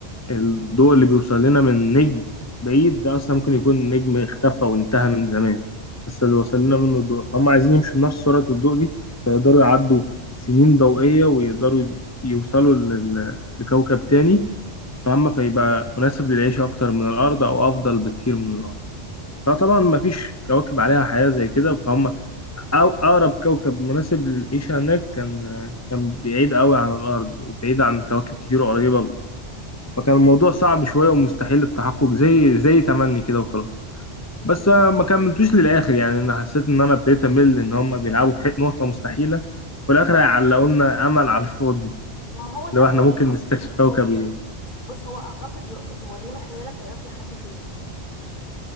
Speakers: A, on the left; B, on the left.
A: الضوء اللي بيوصل لنا من نجم بعيد ده أصلا ممكن يكون نجم اختفى وانتهى من زمان بس اللي وصل
B: ايوه
A: لنا منه الضوء فهم عايزين يمشوا بنفس سرعة الضوء دي فيقدروا يعدوا سنين ضوئية ويقدروا ي- يوصلوا لل- لكوكب تاني فهم فيبقى مناسب للعيش أكتر من الأرض أو أفضل بكتير من الأرض فطبعا
B: أيوة.
A: مفيش كواكب عليها حياة زي كده فهم أو أقرب كوكب مناسب للعيشة هناك كان كان بعيد قوي عن الأرض وبعيد عن كواكب كتير قريبة فكان الموضوع صعب شوية ومستحيل التحقق زي زي تمني كده وخلاص
B: مم.
A: بس أنا ما كملتوش للآخر يعني أنا حسيت إن أنا ابتديت أمل إن هم بيلعبوا في حتة نقطة مستحيلة وفي الآخر هيعلقوا لنا أمل على الفاضي
B: طب ما هو ده
A: لو
B: الخيال
A: إحنا ممكن نستكشف
B: <laughs>
A: كوكب
B: هو بيشوف
A: جديد
B: بص هو اعتقد يقصد ورينا خيالك هيروح لحد فين